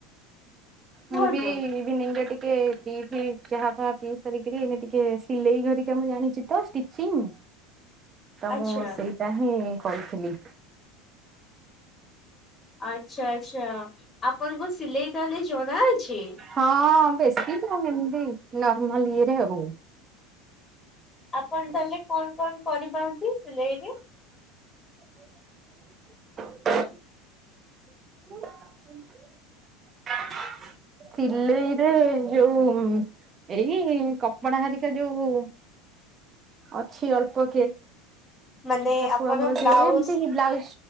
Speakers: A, on the left; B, on the right.
A: କୁହନ୍ତୁ
B: ମୁଁ ବି ଇଭିନିଂରେ ଟି କେ ଟୀ ଫୀ ଚା ଫା ପି ସାରିକି ଟିକେ ଏଇନେ ଟିକେ ସିଲେଇ କରିବା ମୁଁ ଜାଣିଚି ତ ଷ୍ଟିଚିଂ ତ
A: ଆଚ୍ଛା
B: ମୁଁ ସେଇଟା ହିଁ କରୁଥିଲି।
A: ଆଚ୍ଛା ଆଚ୍ଛା ଆପଣଙ୍କୁ ସିଲେଇ ତାହଲେ ଜଣା ଅଛି?
B: ହଁ ବେଶୀ ନୁହେଁ ଏମତି ନର୍ମାଲ ଇଏରେ ଆଉ।
A: ଆପଣ ତାହେଲେ କଣ କଣ କରିପାରନ୍ତି ସିଲେଇରେ?
B: <inaudible> <inaudible> ସିଲେଇରେ ଯୋଉ ଏଇ କପଡା ହାରିକା ଯୋଉ ଅଛି ଅଳ୍ପ କେ
A: ମାନେ
B: ତାକୁ
A: ଆପଣ
B: ଆମର
A: ବ୍ଲାଉଜ
B: ଯୋଉ ଏମତି ବ୍ଲାଉଜ